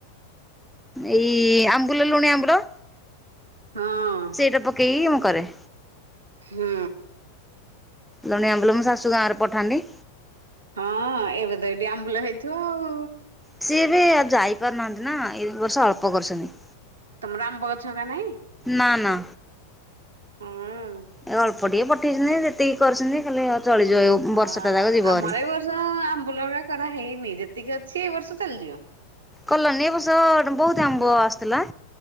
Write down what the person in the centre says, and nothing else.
ଏଇ ଆମ୍ବୁଲ ଲୁଣି ଆମ୍ଭୁଲ।
ସେଇଡ଼ା ପକେଇକି ମୁଁ କରେ।
ଲୁଣି ଆମ୍ବୁଲ ମୋ ଶାଶୁ ଗାଁରୁ ପଠାନ୍ତି।
ସିଏ ଏବେ ଆଉ ଯାଇପାରୁନାହାନ୍ତି ନା ଏଇ ବର୍ଷ ଅଳ୍ପ କରୁଛନ୍ତି।
ନା ନା।
ଏ ଅଳ୍ପ ଟିକେ ପଠେଇଛନ୍ତି ଯେତିକି କରିଛନ୍ତି ଖାଲି ଚଳିଯିବ <unintelligible>
ଯାକ ଯିବ
ଭାରି
କଲାନି ଏ ବର୍ଷ ବୋହୁତିି ଆମ୍ବ ଆସିଥିଲା।